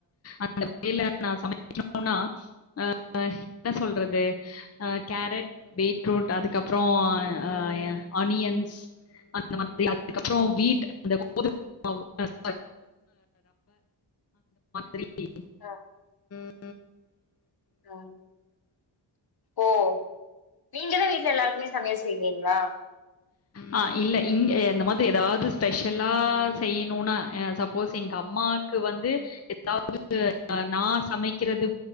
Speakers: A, on the left; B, on the left.
A: அந்த வேல நா சமைக்கும்னா அ என்ன சொல்றது அ கேரட் பீட்ரூட் அதுக்கப்புற ஆ எ ஆனியன்ஸ் அந்த மா அதுக்கப்புற
B: ம்,
A: வீட் அந்த <unintelligible> சரி
B: ம்,
A: <inaudible>
B: ம். ஓ நீங்களே வீட்ல எல்லாருக்குமே சமையல் செய்வீங்ளா
A: அ இல்ல இங்க இந்த மாத்ரி எதாவ்து ஸ்பெஷலா செய்யணும்னா சப்போஸ் எங்க அம்மாக்கு வந்து எ எதாது நா சமைக்கிறது